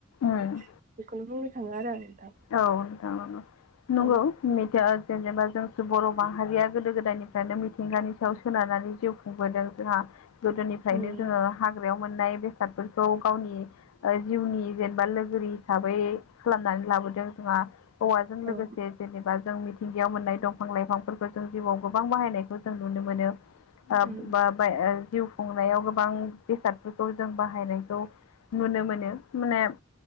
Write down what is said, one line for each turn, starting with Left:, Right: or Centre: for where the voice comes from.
Left: उम
Right: ओ बेखौनो बुंनो थाङो आरो आं नोंथां।
Left: औ नोंथां औ औ नंगौ
Right: औ
Left: मेथा ओ जेनेबा जोंसो बर' माहारिया गोदो गोदायनिफ्रायनो मिथिंगानि सायाव सोनारनानै जिउ खुंबोदों जोंहाओ गोदोनिफ्रायनो
Right: उम
Left: जोङो हाग्रायाव मोननाय बेसादफोरखौ गावनि जिउनि जेनेबा लोगोरि हिसाबै खालामनानै लाबोदों जोंहा औवाजों
Right: औ
Left: लोगोसेनो जेनेबा जों मिथिंगायाव मोननाय दंफां लाइफांफोरखौ जों जिउआव गोबां बाहायनायखौ जों नुनो मोनो। ओ
Right: उम
Left: बा जिउ खुंनायाव गोबां बेसादफोरखौ जों बाहायनायखौ। नुनो मोनो माने